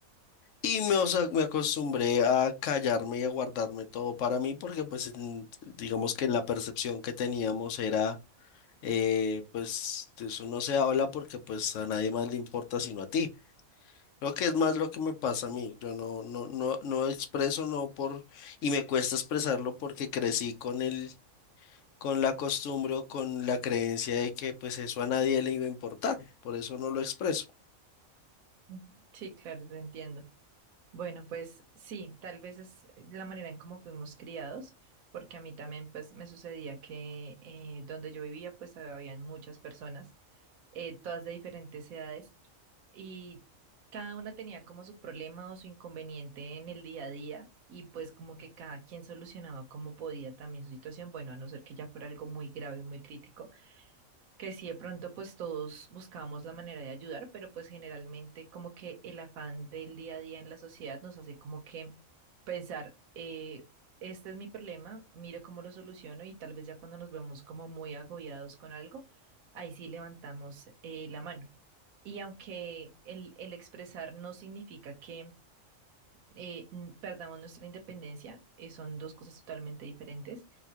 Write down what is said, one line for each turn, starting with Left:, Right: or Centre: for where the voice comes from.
Left: Y me, o sea, me acostumbré a callarme y a guardarme todo para mí porque pues en- digamos que la percepción que teníamos era, eh, pues de eso no se habla porque pues a nadie más le importa sino a ti. Creo que es más lo que me pasa a mí. Yo no, no, no, no expreso, no por, y me cuesta expresarlo porque crecí con el con la costumbre o con la creencia de que pues eso a nadie le iba a importar, por eso no lo expreso.
Right: Ujú. Sí, claro, te entiendo. Bueno, pues sí, tal vez es la manera en cómo fuimos criados, porque a mí también pues me sucedía que eh, donde yo vivía pues habían muchas personas, eh, todas de diferentes edades, y cada una tenía como su problema o su inconveniente en el día a día, y pues como que cada quien solucionaba como podía también su situación, bueno, a no ser que ya fuera algo muy grave, muy crítico que sí, de pronto pues todos buscamos la manera de ayudar, pero pues generalmente como que el afán del día a día en la sociedad nos hace como que pensar, eh, este es mi problema, mira cómo lo soluciono y tal vez ya cuando nos vemos como muy agobiados con algo, ahí sí levantamos eh, la mano. Y aunque el, el expresar no significa que eh, n- perdamos nuestra independencia, eh, son dos cosas totalmente diferentes